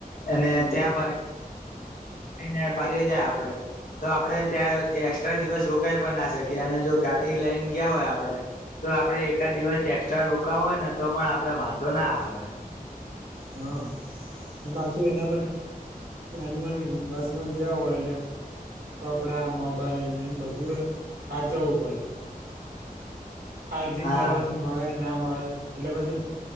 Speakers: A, on the left; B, on the right.
A: અને
B: હમ
A: ત્યાં ફરી. ન પ રહી જાય, આપડે તો આપડે ત્યાં એકસ્ટ્રા દિવસ રોકાઈ પણ ના શકીએ અને જો ગાડી લઈને ગયા, હોય આપડે તો આપડે એકાદ દિવસ એક્સ્ટ્રા રોકો હોય, ને તો પણ આપડે વાંધો ના આવે.
B: હા, પાછી એનામાં એનમન બસમાં ગવ હોય, એટલે કપડા મોબાઈલ એમ બધું એ ખાચવવું પડે ચાર્જિંગ
A: હા
B: કરવાનું મળે. ના મળે એટલે પછી